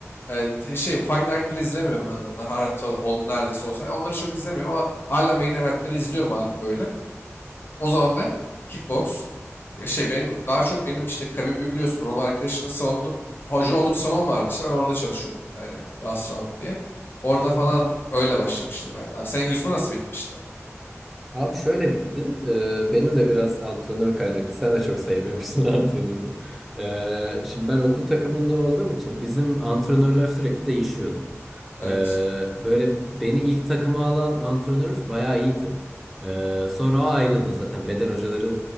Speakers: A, on the left; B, in the centre.
A: E, şey Fight Night'ları izlemiyorum abi onlar. Hatta on neredeyse olsa. Onları çok izlemiyorum ama hala main event'leri izliyorum abi böyle. O zaman ben kickbox e, şey benim daha çok benim işte Khabib'i biliyorsun. Onun arkadaşının salonu hoca olduğu bir salon vardı işte ben orada çalışıyordum bir tane last round diye. Orada falan
B: Hı hı.
A: öyle başlamıştım ben de. Abi senin yüzme nasıl bitmişti?
B: Abi şöyle bitti. Ee, benim de biraz antrenör kaynaklı. Sen de çok sevmiyormuşsun <laughs> antrenörünü. Ee, şimdi ben okul takımında olduğum için bizim antrenörler sürekli değişiyordu.
A: Evet.
B: Ee, böyle beni ilk takıma alan antrenörümüz bayağı iyiydi. Ee, sonra o ayrıldı. Zaten beden hocaları